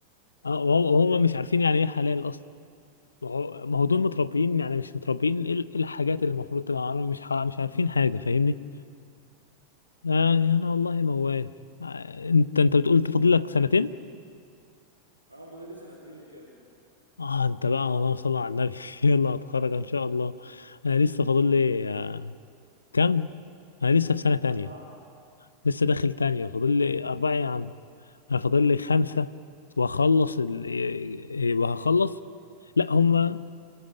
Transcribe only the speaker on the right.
اه فاضل لي سنتين كده
اربعة